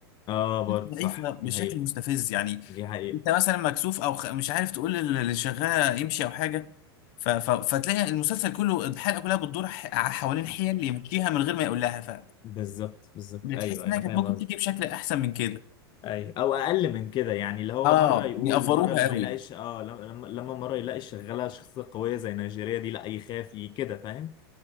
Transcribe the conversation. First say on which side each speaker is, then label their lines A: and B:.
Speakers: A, on the left; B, on the left.
A: اه برضه
B: ضعيفة
A: صح
B: بشكل
A: دي حقيقة
B: مستفز يعني
A: دي حقيقة
B: انت مثلا مكسوف او خ- مش عارف تقول لل- اللي شغالة يمشي او حاجة ف... ف... فتلاقي المسلسل كله الحلقة كلها بتدور ح... ع- حوالين حيل يمشيها من غير ما يقول لها ف
A: بالظبط بالظبط
B: بتحس
A: ايوه أيوة،
B: انها
A: انا
B: كانت
A: فاهم
B: ممكن
A: قصدي
B: تيجي بشكل احسن من كده
A: ايوه او اقل من كده يعني اللي هو
B: اه
A: مره يقول
B: بيأفروها
A: مره لما
B: قوي
A: يلاقيش اه لما لما مره يلاقي شغاله شخصيه قويه زي نيجيريا دي لا يخاف ي- كده فاهم